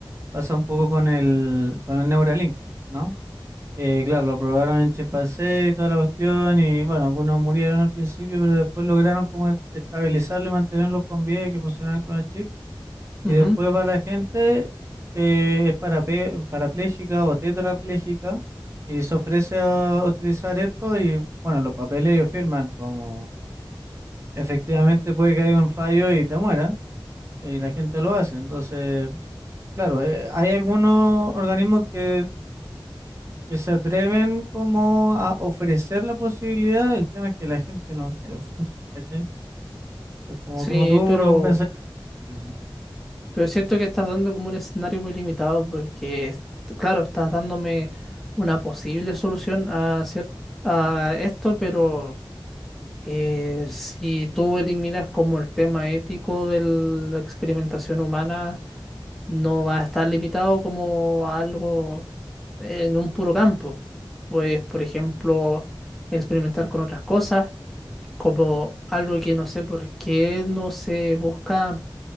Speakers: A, on the right; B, in the centre.
A: Pasa un poco con el, con el Neuralink, ¿no? Eh, claro, lo probaron en chimpancé y toda la cuestión, y bueno, algunos murieron al principio, pero después lograron como es- estabilizarlo y mantenerlos con vida y que funcionaran con el chip. Y
B: ujú.
A: después va la gente que es parape- parapléjica o tetrapléjica y se ofrece a utilizar esto y bueno, los papeles ellos firman como efectivamente puede que haya un fallo y te muera, y la gente lo hace. Entonces... Claro, eh, hay algunos organismos que que se atreven como a ofrecer la posibilidad, el tema es que la gente no quiere, <laughs> ¿cachai? Es Como,
B: Sí,
A: como tú
B: pero,
A: recompensas a la gente por eso.
B: pero es cierto que estás dando como un escenario muy limitado porque, es- claro, estás dándome una posible solución a, cier- a esto, pero Eh, si tú eliminas como el tema ético de la experimentación humana, no va a estar limitado como a algo en un puro campo. Pues, por ejemplo, experimentar con otras cosas, como algo que no sé por qué no se busca